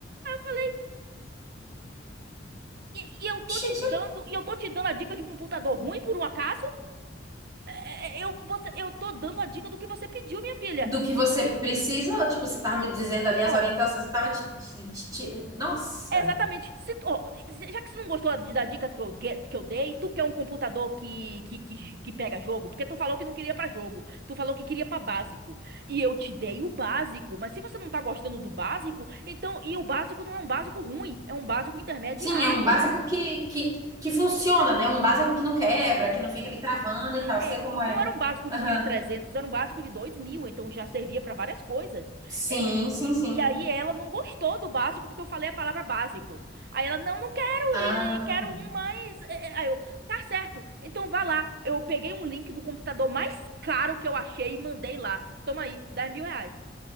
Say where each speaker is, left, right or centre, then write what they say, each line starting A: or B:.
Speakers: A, on the right (about 55°); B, on the right (about 20°).
A: eu falei, e, e eu tô
B: Xixi.
A: te dando, e eu tô te dando a dica de um computador ruim por um acaso? É, é, Eu, você, eu tô dando a dica do que você pediu, minha filha.
B: Do que você precisa, ou, tipo, você tava me dizendo ali as
A: Ó,
B: orientações, você tava te, te- te- te- Nossa.
A: É Exatamente. Se tu- ó, se- já que você não gostou de- da dica que eu, ge- que eu dei, tu quer um computador que, que, que, que pega jogo? Porque tu falou que não queria pra jogo. Tu falou que queria pra básico. E eu te dei o básico. Mas se você não tá gostando do básico, então. E o básico não é um básico ruim, é um básico intermediário.
B: Sim, é um básico que, que, que funciona, né? Um básico que não quebra, que não fica ali travando e tal. Sei
A: É,
B: como é.
A: não era um básico de
B: Aham.
A: 1.300, era um básico de 2.000, então já servia para várias coisas.
B: Sim,
A: É, é,
B: sim,
A: é,
B: sim.
A: e aí ela não gostou do básico porque eu falei a palavra básico. Aí ela, não, não quero,
B: Ah.
A: e- e quero um mais. é, é. Aí eu, tá certo, então vá lá. Eu peguei um link do computador mais caro que eu achei e mandei lá. Toma aí, dez mil reais.